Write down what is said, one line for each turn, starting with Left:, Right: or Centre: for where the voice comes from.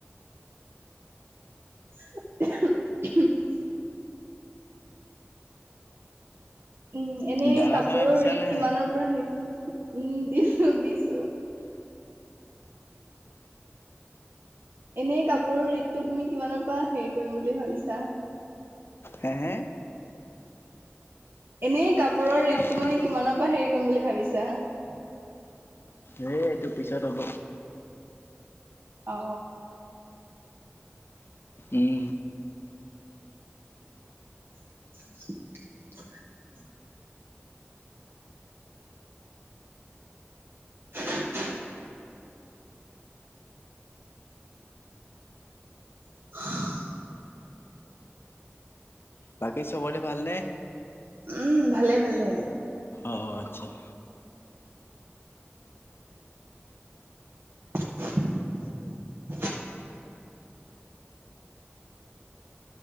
Right: <unintelligible> উম এনেই
Left: দানা-চানা
Right: কাপোৰৰ
Left: দিছা
Right: ৰেট
Left: নাই?
Right: কিমানৰ পৰা সেই উম দিছো দিছো। এনেই কাপোৰৰ ৰেটটো, তুমি কিমানৰ পৰা হেৰি কৰিম বুলি ভাবিছা?
Left: হে হে
Right: এনে কাপোৰৰ
Left: এই
Right: ৰেটটো মানে
Left: কাপোৰৰ
Right: কিমানৰ পৰা হেৰি কৰিম বুলি ভাবিছা? <unintelligible>
Left: সেই এইটো পিছত হ'ব।
Right: অ
Left: উম
Right: <unintelligible> <unintelligible> <unintelligible>
Left: বাকী চবৰে ভাল নে?
Right: উম ভালে ভালে ।
Left: অ আচ্ছা ।
Right: <unintelligible>